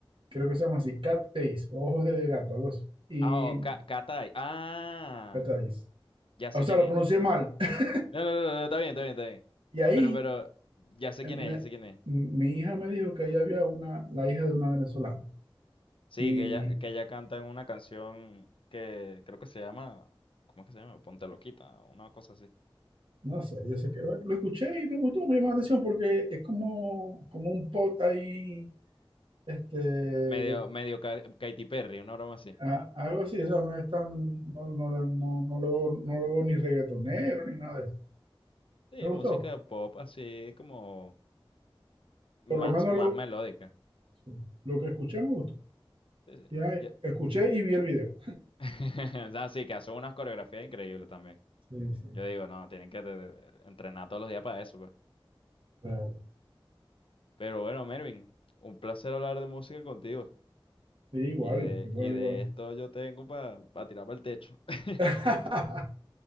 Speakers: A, on the right; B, on the left.
A: creo que se llama así, Cat Eyes, o Ojos de Gato, algo así. Y
B: Ah, oh, Ca- Cat Ace. Ah,
A: Cat Eyes.
B: ya sé
A: O sea,
B: quién
A: lo
B: es.
A: pronuncié mal. <laughs>
B: No, no, no, no, no, está bien, está bien, está bien.
A: Y ahí
B: Pero, pero, ya sé
A: eh,
B: quién
A: me-
B: es, ya sé quién es.
A: mi hija me dijo que ahí había una, la hija de una venezolana.
B: Sí,
A: Y
B: que ella, que ella canta en una canción que creo que se llama, ¿cómo es que se llama? Ponte Loquita, una cosa así.
A: no sé, yo sé que bueno, lo escuché y me gustó, me llamó la atención porque es como, como un pot ahí, este,
B: Medio, medio Ka- Katy Perry, una broma así.
A: a- algo así, o sea, no es tan, no, no, le- no, no le veo, no le veo ni reggaetonero ni nada de eso.
B: Sí,
A: Me gustó,
B: música pop así como más,
A: por lo menos
B: más
A: lo,
B: melódica.
A: sí, lo que escuché me gustó.
B: Sí, sí.
A: Ya eh,
B: Ya-
A: escuché y vi el video.
B: <laughs> O sea, sí, que hace unas coreografías increíbles también.
A: Sí, sí,
B: Yo digo, no, tienen que te- entrenar todos los días para eso, pues.
A: claro.
B: Pero bueno, Mervin, un placer hablar de música contigo.
A: Sí, igual,
B: Y de,
A: igual,
B: y de
A: igual.
B: esto yo tengo para tirar para el techo. <laughs>
A: <laughs>